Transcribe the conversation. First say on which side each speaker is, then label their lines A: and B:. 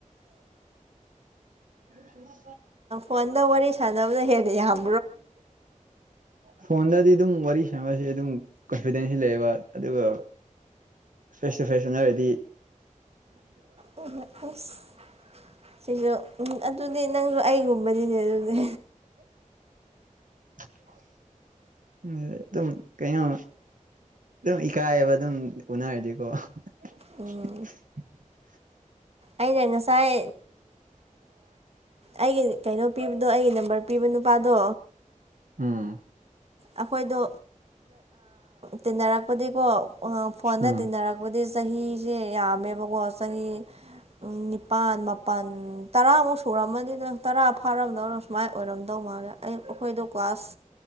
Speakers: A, on the right (about 75°); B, on the right (about 50°).
A: ꯊꯃ
B: ꯋꯥꯟ ꯋꯥ ꯋꯥꯔꯤ ꯁꯗꯅꯕꯗ ꯍꯦꯗꯤ ꯌꯥꯝ
A: ꯐꯣꯟꯣꯟꯗꯗꯤ ꯑꯗꯨꯝ ꯋꯥꯔꯤ ꯁꯃꯁ ꯑꯗꯨꯝ ꯀꯟꯐꯤꯗꯦꯟꯁ ꯁꯤ ꯂꯩꯌꯦꯕ ꯑꯗꯨꯒ ꯐꯦꯁ ꯇꯨ ꯐꯦꯁ ꯎꯟꯅꯔꯗꯤ
B: ꯑꯣꯩꯅ ꯑꯁ ꯁꯤꯁꯨ ꯎ ꯑꯗꯨꯗꯤ ꯅꯪꯁꯨ ꯑꯩꯒꯨꯝꯕꯗꯤꯅꯦ ꯑꯗꯨꯗꯤ
A: <inaudible> ꯎꯝ ꯑꯗꯨꯝ ꯀꯩꯅꯣ ꯑꯗꯨꯝ ꯏꯀꯥꯏꯕ ꯑꯗꯨꯝ ꯎꯅꯔꯗꯤꯀꯣ <unintelligible>
B: ꯎꯝ ꯑꯩꯅ ꯉꯁꯥꯏ ꯑꯩꯒꯤ ꯀꯩꯅꯣ ꯄꯤꯕꯗꯣ ꯑꯩꯒꯤ ꯅꯝꯕꯔ ꯄꯤꯕ ꯅꯨꯄꯥꯗꯣ
A: ꯑꯝ
B: ꯑꯩꯈꯣꯏꯗꯣ ꯇꯤꯟꯅꯔꯛꯄꯗꯤꯀꯣ ꯐꯣꯟꯗ
A: ꯎꯝ
B: ꯇꯤꯟꯅꯔꯛꯄꯗꯤ ꯆꯍꯤꯁꯦ ꯌꯥꯝꯃꯦꯕꯀꯣ ꯆꯍꯤ ꯎꯝ ꯅꯤꯄꯥꯜ ꯃꯥꯄꯜ ꯇꯔꯥꯃꯨꯛ ꯁꯨꯔꯝꯃꯅꯤꯗ ꯇꯔꯥ ꯐꯥꯔꯝꯗꯧꯅ ꯁꯨꯃꯥꯏꯅ ꯑꯣꯏꯔꯝꯗꯧ ꯃꯥꯜꯂꯦ ꯑꯩ ꯑꯩꯈꯣꯏꯗꯣ ꯀ꯭ꯂꯥꯁ